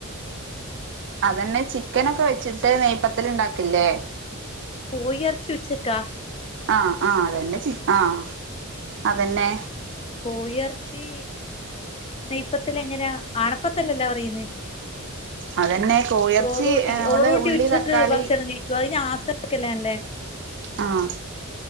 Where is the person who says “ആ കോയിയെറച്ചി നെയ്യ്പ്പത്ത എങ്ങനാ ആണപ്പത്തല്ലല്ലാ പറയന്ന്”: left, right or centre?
Left